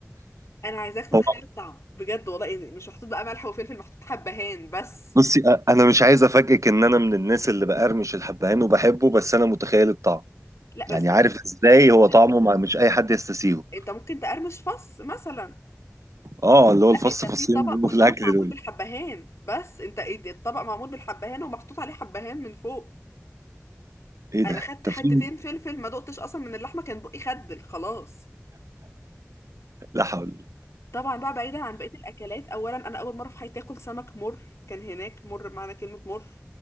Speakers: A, on the left; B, on the right.
A: انا عايزاك تتخيل
B: هو
A: الطعم بجد والله يعني مش محطوط بقى ملح وفلفل محطوط حبهان بس
B: بصي أ- أنا مش عايز أفاجئك إن أنا من الناس اللي بقرمش الحبهان وبحبه بس أنا متخيل الطعم
A: لا
B: يعني
A: بس
B: عارف ازاي
A: انت ممكن
B: هو طعمه ما مش اي حد يستسيغه
A: انت ممكن تقرمش فص مثلا
B: اه اللي هو
A: لا
B: الفص
A: انت
B: فصين
A: في طبق
B: اللي بيبقوا
A: قدامك
B: في الاكل
A: معمول
B: دول
A: بالحبهان بس انت إيه ده؟ الطبق معمول بالحبهان ومحطوط عليه حبهان من فوق
B: ايه ده
A: انا خدت
B: انت
A: حتتين
B: فين
A: فلفل ما دقتش اصلا من اللحمه كان بقي خدل خلاص
B: لا حول
A: طبعا بقى بعيدا عن بقيه الاكلات اولا انا اول مره في حياتي اكل سمك مر كان هناك مر بمعنى كلمه مر